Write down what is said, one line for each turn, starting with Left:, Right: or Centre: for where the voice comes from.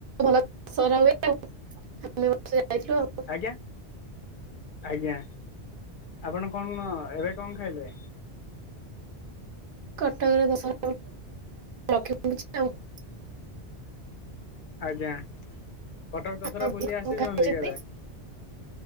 Right: ଭଲ ସ ହୁଏ ଆଉ ଆମେ ବ ଯାଇଥିଲୁ ଆଉ <inaudible>
Left: ଆଜ୍ଞା ଆଜ୍ଞା ଆପଣ କଣ ଏବେ କଣ ଖାଇଲେ।
Right: କଟକରେ ଦଶ ରଖିଛି ଆଉ <inaudible>
Left: ଆଜ୍ଞା କଟକ ଦଶରା
Right: ଆଜି
Left: ବୁଲି
Right: କଣ
Left: ଆସିଛନ୍ତି
Right: ଖାଇଛନ୍ତି?
Left: କେବେ।